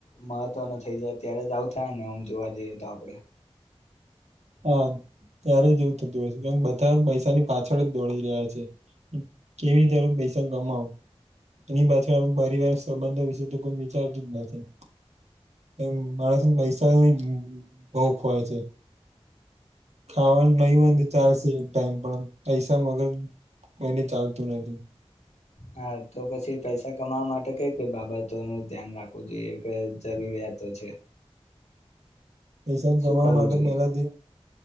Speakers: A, on the left; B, on the right.
A: મહત્વનો થઈ જાય ત્યારે જ આવું થ થાય ને આમ જોવા જઈએ તો આપડે.
B: હા ત્યારે જ એવું થતું હોય છે કેમ બધા પૈસાની પાછળ જ દોડી રહ્યા છે. કેવી તર પૈસા કમાવો. એની પાછળ પરિવાર, સંબંધો વિશે તો કોઈ વિચારતું જ નથી. એમ માણસને પૈસા બો <unintelligible> છે. ખાવાનું નય હોય ને તો ચાલશે એક ટાઈમ પણ પૈસા મગર કોઈને ચાલતું નથી.
A: હા તો પછી પૈસા કમાવા માટે કઈ કઈ બાબતોનું ધ્યાન રાખવું જોઈએ કે જરૂરિયાતો છે.
B: પૈસા
A: શું
B: કમાવા
A: કરવું
B: માટે
A: જોઈએ
B: પેલાથી